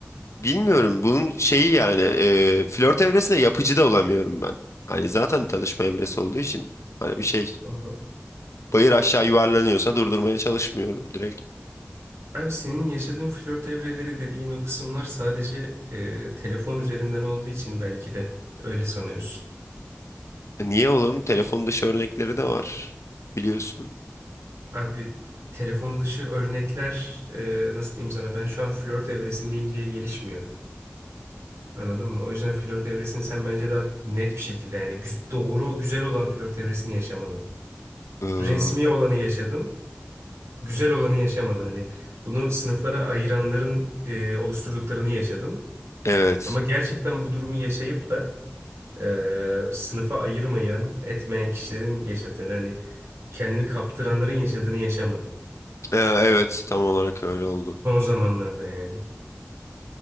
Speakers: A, on the left; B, on the right.
A: bilmiyorum bunun şeyi yani e, flört evresinde yapıcı da olamıyorum ben. Hani zaten tanışma evresi olduğu için hani bir şey
B: Hı hı.
A: bayır aşağı yuvarlanıyorsa durdurmaya çalışmıyorum direkt.
B: Abi senin yaşadığın flört evreleri dediğin o kısımlar sadece e, telefon üzerinden olduğu için belki de öyle sanıyorsun.
A: E, Niye oğlum? Telefon dışı örnekleri de var biliyorsun.
B: Abi telefon dışı örnekler e, nasıl diyeyim sana ben şu an flört evresindeyim diye gelişmiyor. Anladın mı? O yüzden flört evresini sen bence daha net bir şekilde yani güz- doğru güzel olan flört evresini yaşamadın.
A: Ee,
B: Resmi olanı yaşadın, güzel olanı yaşamadın. Hani bunu sınıflara ayıranların e, oluşturduklarını yaşadın.
A: evet.
B: Ama gerçekten bu durumu yaşayıp da e, sınıfa ayırmayan, etmeyen kişilerin yaşadığını hani kendini kaptıranların yaşadığını yaşamadın.
A: Ee, evet tam olarak öyle oldu.
B: Son zamanlarda yani.